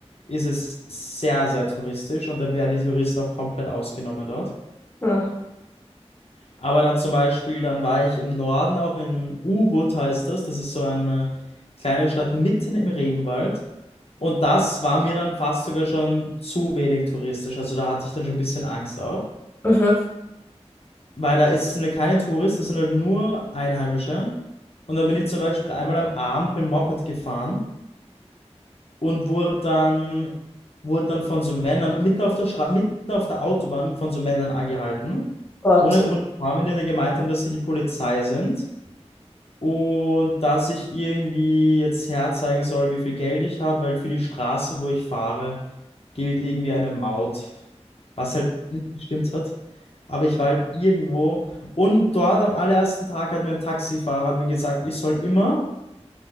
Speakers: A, on the left (about 60°); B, on the left (about 20°).
A: ist es sehr, sehr touristisch und da werden die Touristen auch komplett ausgenommen dort.
B: Mhm.
A: Aber dann zum Beispiel, dann war ich im Norden, auch in Ubud heißt das. Das ist so eine kleine Stadt mitten im Regenwald. Und das war mir dann fast sogar schon zu wenig touristisch. Also da hatte ich dann schon ein bisschen Angst auch.
B: Mhm.
A: Weil da ist, sind halt keine Touristen, das sind halt nur Einheimische. Und dann bin ich zum Beispiel einmal am Abend mit dem Moped gefahren und wurde dann, wurde dann von so Männern mitten auf der Straße, mitten auf der Autobahn von so Männern angehalten.
B: Gott,
A: Ohne Uniform, die dann gemeint haben, dass sie die Polizei sind. und dass ich irgendwie jetzt herzeigen soll, wie viel Geld ich habe, weil für die Straße, wo ich fahre, gilt irgendwie eine Maut, was halt nicht gestimmt hat. Aber ich war halt irgendwo und dort am allerersten Tag hat mir ein Taxifahrer hat mir gesagt, ich soll immer